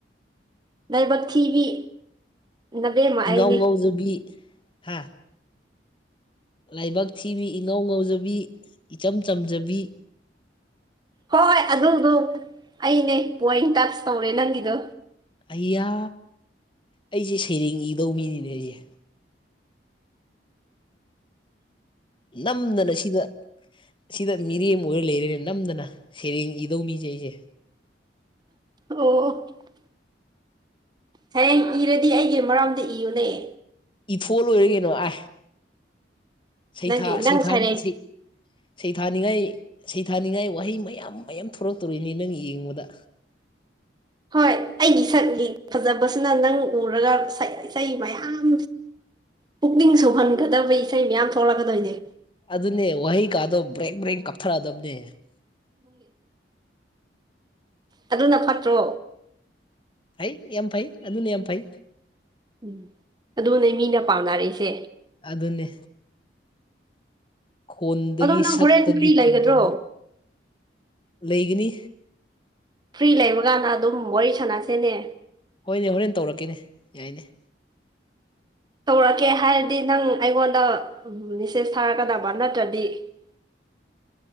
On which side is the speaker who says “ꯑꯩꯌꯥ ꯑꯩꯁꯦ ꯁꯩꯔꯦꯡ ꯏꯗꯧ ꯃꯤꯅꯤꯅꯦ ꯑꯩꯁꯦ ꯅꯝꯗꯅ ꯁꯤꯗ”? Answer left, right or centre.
Left